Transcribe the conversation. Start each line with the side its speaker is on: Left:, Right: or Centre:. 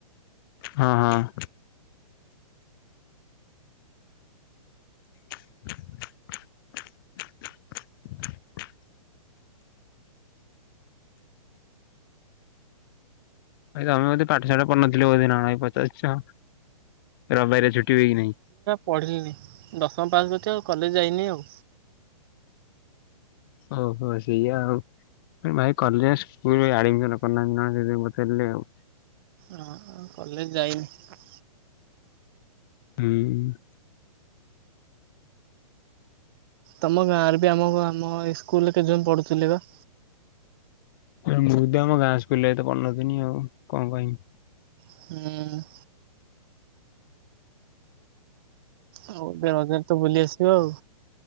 Left: ହଁ ହଁ। <inaudible> ଭାଇ ତମେ ବୋଧେ ପାଠଶାଠ ପଢୁନଥିଲ ବୋଧେ ନା କଣ ପଚାରୁଚ ରବାରିଆ ଛୁଟି ହୁଏ କି ନାଇଁ।
Right: ପଢ଼ିନି ଦଶମ ପାସ୍ କରିଛି ଆଉ କଲେଜ ଯାଇନି ଆଉ।
Left: ଓହୋ ସେଇୟା ଆଉ। ଭାଇ କଲେସ ସ୍କୁଲ ଆଡମିସନ କରିନାହାନ୍ତି ନା କଣ ସେଥି ପାଇଁ ପଚାରିଲେ ଆଉ।
Right: ହ କଲେଜ ଯାଇନି।
Left: ହୁଁ।
Right: ତମ ଗାଁ ରେ ବି ଆମ ଗ ଆମ ସ୍କୁଲରେ କେଜଣ ପଢୁଥିଲେ ଵା।
Left: ଏ ମୁଁ ତ ଆମ ଗାଁ ସ୍କୁଲ ରେ ତ ପଢିନଥିଲି ଆଉ କଣ କହିମି।
Right: ହୁଁ। ଆଉ ଏବେ ରଜରେ ତ ବୁଲି ଆସିବ ଆଉ।